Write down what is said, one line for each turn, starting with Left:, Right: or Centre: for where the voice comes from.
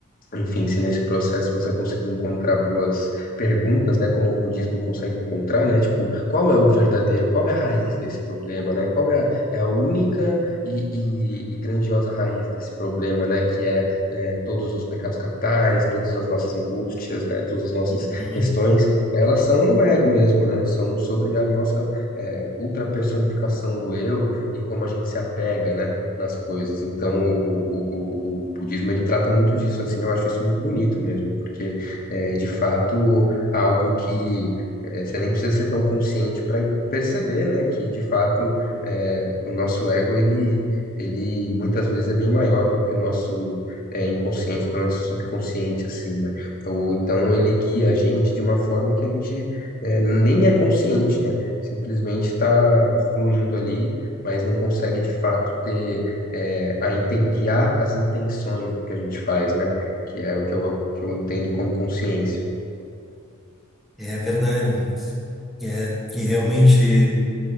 Left: enfim, se nesse processo você conseguir encontrar boas perguntas, né, como o budismo consegue encontrar, né, tipo, qual é o verdadeiro, qual é a raiz desse problema, né, qual é a, é a única e, e- e grandiosa raiz desse problema, né, que é, é, todos os pecados capitais, todas as nossas angústias, né, todas as nossas
Centre: Uhum.
Left: questões, elas são o ego mesmo, né, são sobre a nossa é, ultrapersonificação do eu e como a gente se apega, né, nas coisas. Então, o, o, o, o budismo ele trata muito disso, assim, eu acho isso muito bonito mesmo, porque é de fato algo que é, você nem precisa ser tão consciente para perceber, né, que de fato é, o nosso ego ele ele muitas vezes é bem maior do que o nosso é, inconsciente, do nosso subconsciente, assim, né? Ou então ele guia a gente de uma forma que a gente é, nem é consciente, né? Simplesmente está fluindo ali, mas não consegue de fato ter é, a inten- guiar as intenções do que a gente faz, né? Que é o que eu, que eu entendo como consciência.
Centre: É verdade, Maurício. E, é, e realmente.